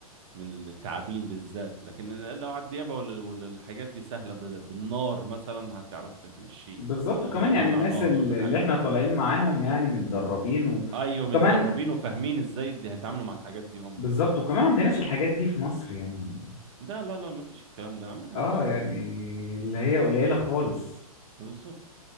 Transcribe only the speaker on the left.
بالظبط وكمان
يعني الناس
ال-
اللي
احنا طالعين معاهم يعني متدربين و...
وكمان
بالظبط وكمان عندناش الحاجات دي في مصر يعني
اه
يعني اللي هي قليلة خالص